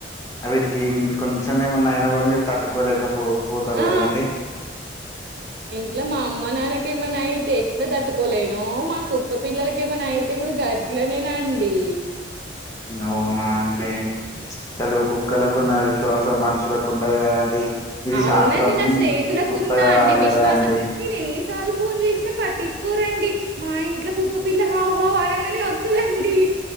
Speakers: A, on the left; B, on the right.
A: అవిటికి కొంచెం ఏమున్నా అయినా కూడా మీరు తట్టుకోలేకపో పోతరు
B: ఆ!
A: కదాండి.
B: ఇగ మా అమ్మ నాన్నక ఏమన్నాయితే ఎట్లా తట్టుకోలేనో, మా కుక్క పిల్లలకేమన్నయితే కూడా గట్ ట్లనేనండి
A: అవునా అండీ అసలు కుక్కలకున్న విశ్వాసం మనుషులకుండదు కదండి. ఇది
B: అవునండి
A: శాస్త్రం
B: నా స్నేహితులకుందా
A: ఉత్తగా
B: అండి
A: రాలేదా
B: విశ్వాసం
A: అండి
B: నేను ఎన్ని సార్లు ఫోన్ చేసిన పట్టించుకోరండి. మా ఇంట్లో కుక్కపిల్ల హౌ హౌ అనంగనే వత్తదండి.